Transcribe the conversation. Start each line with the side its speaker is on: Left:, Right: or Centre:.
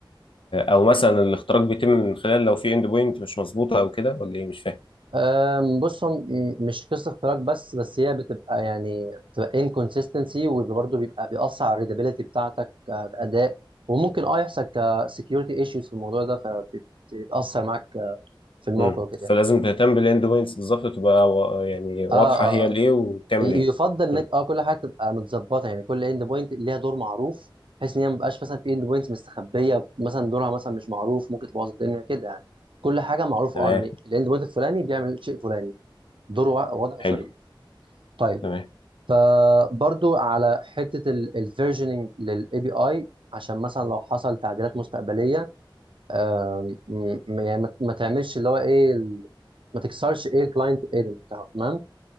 Left: او مثلا الاختراق بيتم من خلال لو في اند بوينت مش مظبوطه او كده ولا ايه مش فاهم
Right: أم، بص هم م- مش قصه اختراق بس بس هي بتبقى يعني بتبقى انكونسيستنسي وبرضه بيبقى بيأثر على الريدابيلتي بتاعتك آه، كأداء وممكن اه يحصل كسكيورتي ايشوز في الموضوع ده فبتتأثر معاك آه، في الموقع
Left: امم
Right: وكده يعني
Left: فلازم تهتم بالاند بوينتس بالظبط تبقى وا- يعني واضحه
Right: اه اه
Left: هي
Right: آه.
Left: الايه وبتعمل
Right: ي-
Left: ايه
Right: يفضل انك
Left: مم.
Right: اه كل حاجه تبقى متظبطه يعني كل اند بوينت ليها دور معروف بحيث ان هي ما بقاش مثلا في اند بوينتس مستخبيه مثلا دورها مثلا مش معروف ممكن تبوظ الدنيا كده يعني كل حاجه معروف
Left: تمام
Right: اه ان الاند بوينت الفلاني بيعمل شيء فلاني دوره وا- واضح وصريح
Left: حلو
Right: طيب
Left: تمام
Right: فبرضو على حته الفيرجننج للاي بي اي عشان مثلا لو حصل تعديلات مستقبليه آم، م- يعني ما ما تعملش اللي هو ايه ال- ما تكسرش ايه الكلاينت ايدن بتاعه تمام